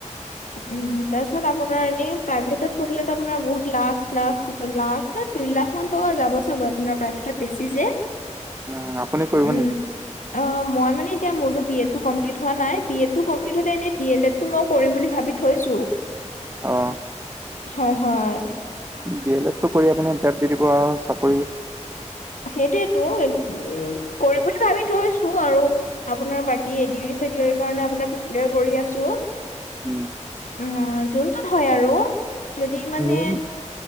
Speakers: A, on the left (about 85°); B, on the right (about 20°).
A: উম, তাৰ তাৰপিছত আপোনাৰ এনেই প্ৰাইভেটত পঢ়িলেতো আপোনাৰ বহুত লাখ, লাখ ক, লাখ মানে দুই লাখ মান টকা যাব চাগৈ। আপোনাৰ প্ৰায়ভেটত বেছি যে।
B: উম, আপুনি কৰিব
A: উম,
B: নেকি?
A: অ, মই মানে এতিয়া মোৰত বি, এটো, কমপ্লিট হোৱা নাই। বি, এ, টো, কমপ্লিট হ'লে এনেই ডি, এল, এডটো, মই কৰিম বুলি ভাবি থৈছো।
B: অ,
A: হয়, হয়।
B: ডি, এ, লেত, কৰি আপিনি টেড দি দিব আৰু চাকৰি
A: সেইটয়েতো উ, কৰিম বুলি ভাবি থৈছো আৰু। আপোনাৰ বাকী এডিয়াৰি, চেডিয়াৰি কাৰণে আপোনাৰ প্ৰিপাৰ কৰি আছো।
B: উম,
A: অ, যোনটোত হয় আৰু যদি মানে
B: মেইন